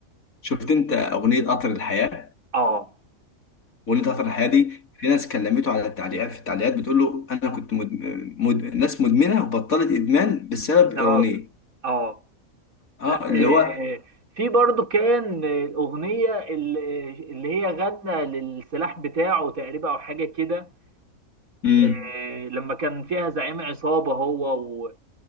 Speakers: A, on the left; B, on the right.
A: شفت انت اغنيه قطر الحياه
B: اه
A: اغنيه قطر الحياه دي في ناس كلمته على التعليقات في التعليقات بتقول له انا كنت مد... مد... ناس مدمنه وبطلت ادمان بسبب
B: بسبب
A: اغنيه
B: اه
A: اه
B: لا
A: اللي
B: آه.
A: هو
B: في برضو كان آه، الأغنية اللي اللي هي غنى للسلاح بتاعه تقريبا أو حاجة كده
A: امم
B: آه، لما كان فيها زعيم عصابة هو و...